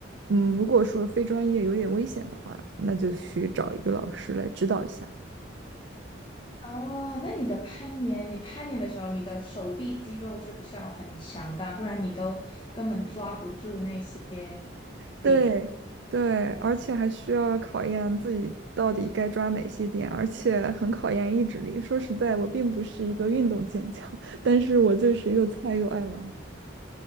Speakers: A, on the right; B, on the left.
A: 嗯，如果说非专业有点危险的话，那就去找一个老师来指导一下。
B: 哦，那你的攀岩，你攀岩的时候，你的手臂肌肉是不是要很强大？不然你都根本抓不住那些
A: 对对，
B: 点。
A: 而且还需要考验自己到底该抓哪些点，而且很考验意志力。说实在，我并不是一个运动健将，<laughs> 但是我就是又菜又爱玩。